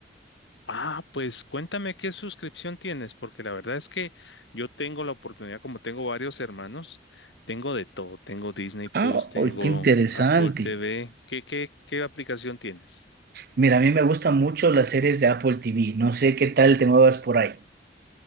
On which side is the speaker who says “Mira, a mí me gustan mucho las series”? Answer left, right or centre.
Right